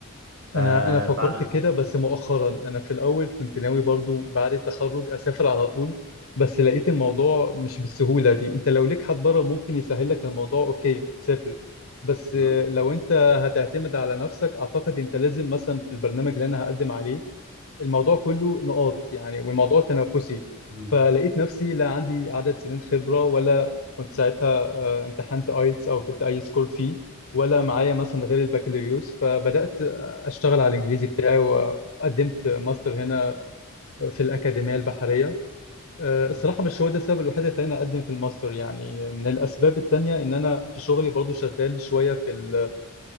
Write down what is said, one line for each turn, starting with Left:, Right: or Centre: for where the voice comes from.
Right: فبعد
Left: انا انا فكرت كده بس مؤخرا انا في الاول كنت ناوي برضو بعد التخرج اسافر على طول بس لقيت الموضوع مش بالسهولة دي انت لو ليك حد بره ممكن يسهل لك الموضوع اوكي سافر بس
Right: بالظبط
Left: آه، لو انت هتعتمد على نفسك اعتقد انت لازم مثلا في البرنامج اللي انا هقدم عليه الموضوع كله نقاط يعني والموضوع تنافسي
Right: امم ان
Left: فلقيت نفسي لا عندي عدد سنين خبرة ولا كنت ساعتها آه، امتحنت ايتس او جبت اي سكور فيه ولا معايا مثلا غير البكالوريوس فبدأت اشتغل على الانجليزي بتاعي وقدمت ماستر هنا في الأكاديمية البحرية آه،
Right: شاء الله
Left: الصراحة مش هو ده السبب الوحيد اللي خلاني أقدم في الماستر يعني من الأسباب التانية إن أنا في شغلي برضو شغال شوية في ال-